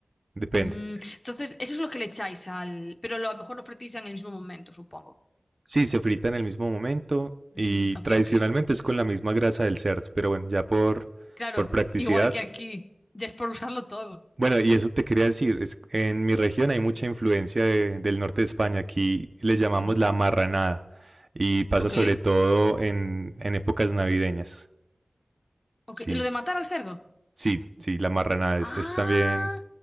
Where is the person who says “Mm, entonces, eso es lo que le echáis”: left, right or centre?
Left